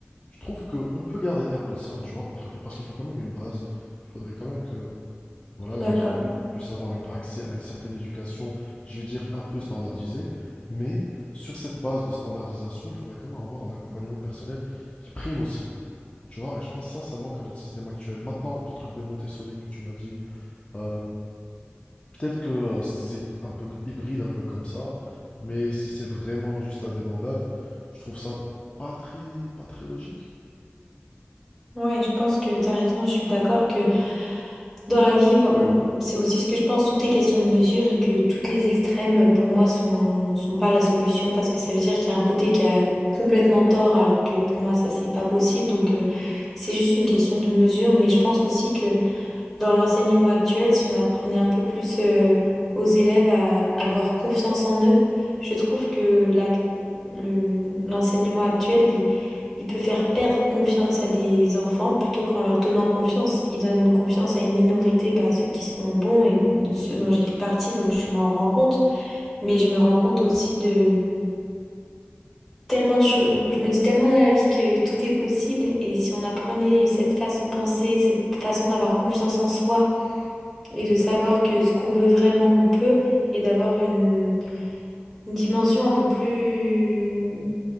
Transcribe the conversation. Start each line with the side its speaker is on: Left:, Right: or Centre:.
Left: je trouve que on peut garder un peu de ça, tu vois, pour- parce qu'il faut quand même une base. Il faudrait quand même que voilà,
Centre: je suis d'accord.
Left: les gens aient- puissent avoir un accès à une certaine éducation, je vais dire un peu standardisée, mais sur cette base de standardisation, il faudrait quand même avoir un accompagnement personnel qui prime aussi. Tu vois, et je pense que ça, ça manque à notre système actuel. Maintenant, le truc de Montessori que tu m'as dit, euh, peut-être que euh, c'est un peu hybride, un peu comme ça, mais si c'est vraiment juste la débandade, je trouve ça pas très, pas très logique.
Centre: Oui, je pense que tu as raison. Je suis d'accord que Dans la vie, voilà, c'est aussi ce que je pense, tout est question de mesure et que toutes les extrêmes, pour moi, sont, sont pas la solution parce que ça veut dire qu'il y a un côté qui a complètement tort alors que pour moi, ça, c'est pas possible. Donc, euh, c'est juste une question de mesure, mais je pense aussi que dans l'enseignement actuel, si on apprenait un peu plus euh, aux élèves à avoir confiance en eux, je trouve que l'ac- le- l'enseignement actuel, il, il peut faire perdre confiance à des enfants plutôt qu'en leur donnant confiance. Il donne confiance à une minorité, bah, ceux qui sont bons et de ceux dont j'ai fait partie, donc je m'en rends compte. Mais je me rends compte aussi de tellement de choses. Je me dis tellement dans la vie que tout est possible et si on apprenait cette façon de penser, cette façon d'avoir confiance en soi, et de savoir que ce qu'on veut vraiment, on peut, et d'avoir une, une dimension un peu plus,